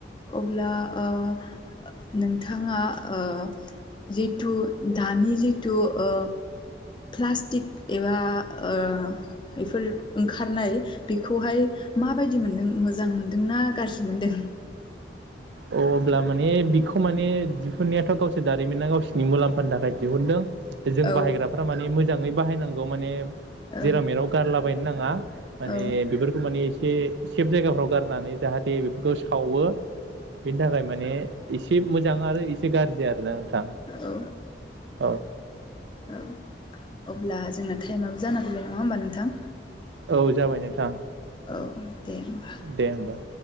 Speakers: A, on the left; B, on the right.
A: अब्ला ओ नोंथाङा ओ जिथु दानि जिथु ओ प्लास्टिक एबा ओ एफोर ओंखारनाय बेखौहाय माबायदि मोनदों मोजां मोनदोंना गाज्रि मोनदों।
B: अ अब्ला माने बिखौ माने दिहुननायाथ' गावसोर दारिमिना गावस्नि मुलाम्फानि थाखाय दिहुनदों। जों
A: औ
B: बाहायग्राफ्रा माने मोजाङै बाहायनांगौ माने
A: औ
B: जेरामेराव गारलाबायनो नाङा माने
A: औ
B: बेफोरखौ माने एसे सेफ जायगाफ्राव गारनानै जाहाथे बेफोरखौ सावो बेनि थाखाय माने एसे मोजां आरो एसे गाज्रि आरोना नोंथां
A: औ
B: औ
A: औ अब्ला जोंना टाइमाबो जाना फैबाय नङा होमबा नोंथां।
B: औ जाबाय नोंथां
A: औ दे होमबा
B: दे होमबा